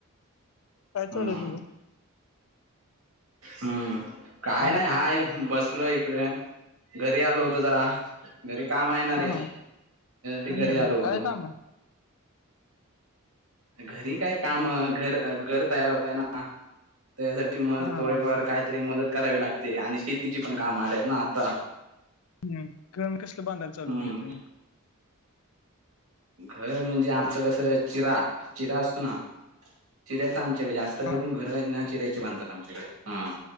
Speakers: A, on the left; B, on the right.
A: काय
B: हम्म
A: चालय तुझ
B: हम्म काय
A: हा
B: नाही हाय बसलोय घरी आलो होत जरा घरी काम आहेणार
A: हा
B: रे
A: हा
B: ते
A: हम्म
B: घरी आलो होतो
A: काय काम आहे
B: घरी काय काम घर घर तयार होतय ना त्यासाठी मग
A: हा हा
B: थोडेफार काय तरी मदत करावी लागते आणि शेतीची पण काम आलेत ना आता.
A: हम् गरम कसलं बांधायल चालू
B: हम्म
A: केले तुम्ही?
B: घर म्हणजे आमचं कसं चिरा. चिरा असतो ना? चिऱ्याचा आमच्याकडे जास्त
A: हा
B: करून घर हाईत ना चिऱ्यायची बांधतात आमच्याकडे. हा.